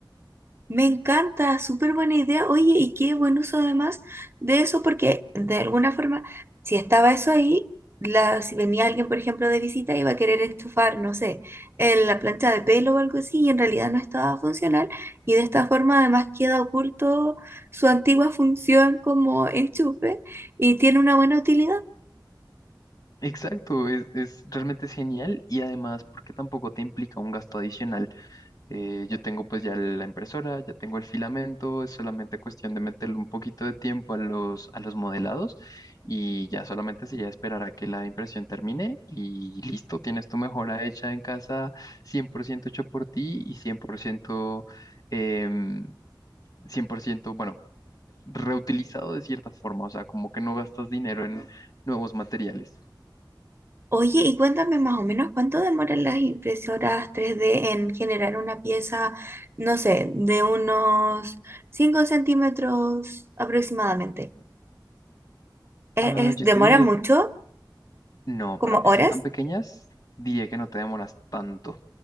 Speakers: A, on the right (about 30°); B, on the left (about 50°).
A: Me encanta, súper buena idea. Oye, y qué buen uso además de eso, porque de alguna forma, si estaba eso ahí, la, si venía alguien, por ejemplo, de visita, iba a querer enchufar, no sé, en la plancha de pelo o algo así, y en realidad no estaba funcional. Y de esta forma, además, queda oculto su antigua función como enchufe y tiene una buena utilidad.
B: Exacto, es, es- realmente es genial y además porque tampoco te implica un gasto adicional Eh, yo tengo pues ya la impresora, ya tengo el filamento, es solamente cuestión de meterle un poquito de tiempo a los, a los modelados y ya solamente sería esperar a que la impresión termine y listo, tienes tu mejora hecha en casa 100% hecho por ti y 100%, em, 100% bueno, reutilizado de cierta forma, o sea, como que no gastas dinero en nuevos materiales.
A: Oye, y cuéntame más o menos cuánto demoran las impresoras 3D en generar una pieza, no sé, de unos 5 centímetros aproximadamente. ¿Es,
B: Ah,
A: es-
B: yo
A: demora
B: te diría
A: mucho?
B: No,
A: ¿Como
B: para piezas
A: horas?
B: tan pequeñas, diría que no te demoras tanto.